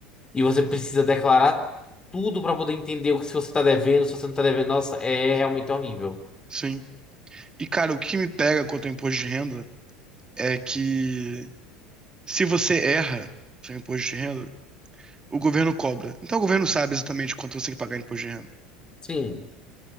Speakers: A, on the left; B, on the right.
A: e você precisa declarar tudo para poder entender o que se você está devendo, se você não está devendo, nossa, é realmente horrível.
B: Sim. E, cara, o que me pega quanto ao imposto de renda é que se você erra seu imposto de renda, o governo cobra. Então o governo sabe exatamente quanto você tem que pagar de imposto de renda.
A: Sim.